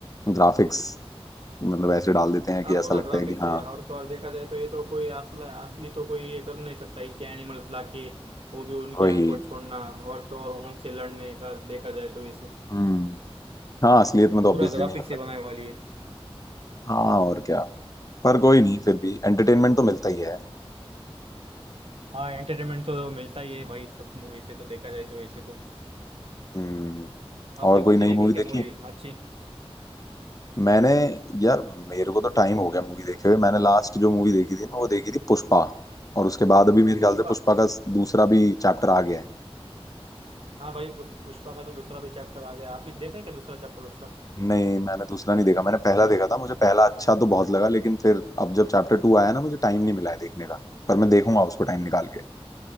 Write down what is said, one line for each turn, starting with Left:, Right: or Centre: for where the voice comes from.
Left: ग्राफिक्स मतलब ऐसे डाल देते हैं
Right: हाँ
Left: कि ऐसा
Right: पूरा
Left: लगता
Right: ग्राफिक्स
Left: है कि हाँ
Right: है और तो और देखा जाए तो ये तो कोई असला असली तो कोई ये कर नहीं सकता इतने एनिमल्स लाके वो भी उनके
Left: वही
Right: आंख को छोड़ना और तो और उनसे लड़ने का देखा जाए तो इस
Left: हम्म हाँ असलियत में तो
Right: पूरा
Left: ऑब्वियसली
Right: ग्राफिक्स
Left: नहीं हो सकता
Right: से बनाने वाली है
Left: हाँ और क्या पर कोई नहीं फिर भी एंटरटेनमेंट तो मिलता ही है
Right: हाँ एंटरटेनमेंट तो मिलता ही है भाई सब मूवी से तो देखा जाए तो वैसे तो
Left: हम्म
Right: आपने
Left: और
Right: कौन
Left: कोई नई
Right: सी देखी
Left: मूवी
Right: क्या
Left: देखी
Right: मूवी अच्छी
Left: मैंने यार मेरे को तो टाइम हो गया मूवी देखे हुए मैंने लास्ट जो मूवी देखी थी ना वो देखी थी पुष्पा और उसके बाद अभी मेरे
Right: पुष्पा
Left: ख्याल से पुष्पा का दूसरा भी चैप्टर आ गया है
Right: हाँ भाई पुष- पुष्पा का तो दूसरा भी चैप्टर आ गया आपने देखा है क्या दूसरा चैप्टर उसका
Left: नहीं मैंने दूसरा नहीं देखा मैंने पहला देखा था मुझे पहला अच्छा तो बहुत लगा लेकिन फिर अब जब चैप्टर टू आया ना मुझे टाइम नहीं मिला है देखने का पर मैं देखूंगा उसको टाइम निकाल के